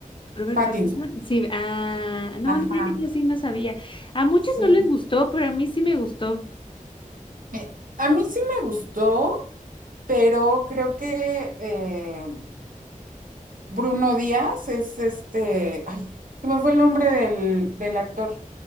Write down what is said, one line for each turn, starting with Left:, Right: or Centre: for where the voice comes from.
Left: Robert
Right: Pattinson.
Left: Pattinson. Sí, ah, no,
Right: Ajá.
Left: no, fíjate que yo sí no sabía. A muchos
Right: Sí.
Left: no les gustó, pero a mí sí me gustó.
Right: Eh, a mí sí me gustó, pero creo que eh, Bruno Díaz es este, ay, se me fue el nombre del, del actor,